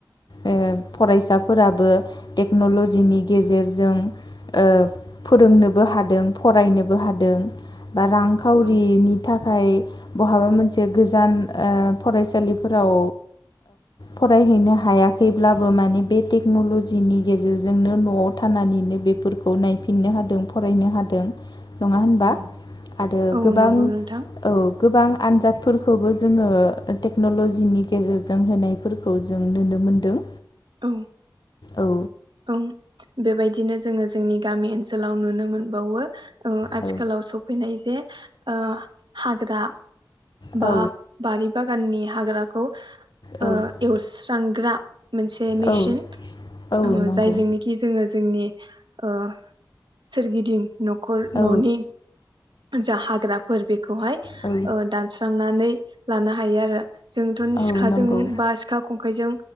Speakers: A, on the left; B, on the right.
A: ओ फरायसाफोराबो टेक्न'ल'जिनि गेजेरजों ओ फोरोंनोबो हादों फरायनोबो हादों। बा रांखावरिनि
B: औ
A: थाखाय थाखाय बहाबा मोनसे गोजान ओ फरायसालिफोराव फरायहैनो हायाखैब्लाबो माने बे टेक्न'लजिनि गेजेरजोंनो न'आव थानानैनो बेफोरखौ नायफिननो हादों फरायनो हादों। नङा होनबा?
B: औ
A: आरो
B: औ
A: गोबां
B: नंगौ
A: औ
B: नोंथां
A: गोबां आनजादफोर फोरखौबो जोङो टेक्नल'जिनि गेजेरजों होनायफोरखौ जों नुनो मोनदों।
B: औ।
A: औ।
B: औ बेबायदिनो जोंङो जोंनि गामि ओनसोलाव नुनो मोन बावो आथिखालाव
A: औ
B: सफैनाय जे ओ हाग्रा
A: औ
B: बा बारि बागाननि हाग्राखौ
A: औ
B: ओ एउस सांग्रा मोनसे मेसिन
A: औ औ
B: ओ
A: नंगौ
B: जायजोंनोखि जोङो जोंनि ओ सोरगिदिं न'खर
A: औ
B: न'नि जा हाग्राफोर बे खौहाय
A: औ
B: ओ दानस्रांनानै लानो हायो आरो जोंथ'
A: औ
B: सिखाजों
A: नंगौ
B: बा सिखा खं खायजों